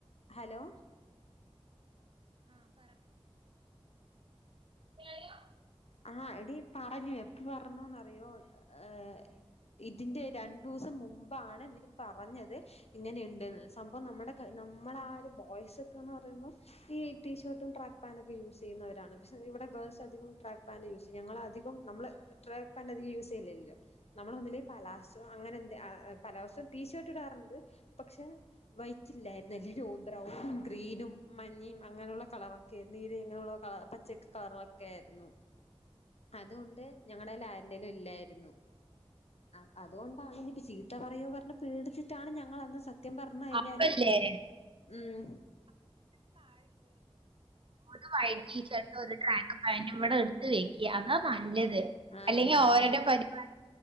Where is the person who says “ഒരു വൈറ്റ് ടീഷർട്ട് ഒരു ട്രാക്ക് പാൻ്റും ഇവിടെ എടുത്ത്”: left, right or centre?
Right